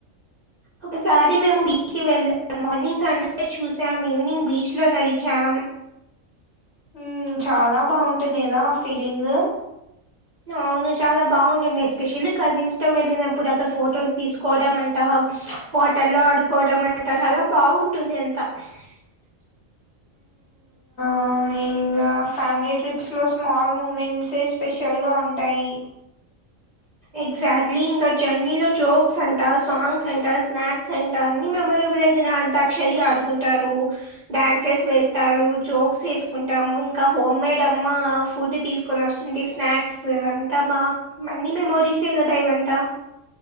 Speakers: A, on the right; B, on the left.
A: ఒకసారి మేము బీచ్ కి వెళ్ళాం మార్నింగ్ సన్ రైజ్ చూసాం ఈవినింగ్ బీచ్ లో నడిచాం
B: ఉం చాలా బాగుంటుంది కదా ఆ ఫీలింగ్
A: అవును చాలా బాగుండింది ఎస్పెషల్లీ కజిన్స్ తో వెళ్ళినప్పుడు అక్కడ ఫొటోస్ తీసుకోవడం అంతా వాటర్ ల్లో ఆడుకోవడం అంటా చాలా బాగుంటుంది అంతా <inaudible>
B: ఆమె ఏం ఇగ ఫ్యామిలీ ట్రిప్స్ లో స్మాల్ మూమెంట్స్ స్పెషల్ గా ఉంటాయి
A: ఎగ్జాట్లీ ఇంకా జర్నీలో జోక్స్ అంట సాంగ్స్ అంట స్నాక్స్ అంట అన్ని మెమోరబుల్ అ అంతాక్షరి ఆ డుకుంటారు డ్యాన్సెస్ వేస్తారు జోక్స్ యేసుకుంటాము ఇంకా హోమ్ మేడ్ అమ్మ ఫుడ్ తీసుకొని వస్తుంది స్నాక్స్ అంతా బాగా అన్ని మెమోరీసే
B: హ్మ్.
A: గదా ఇదంతా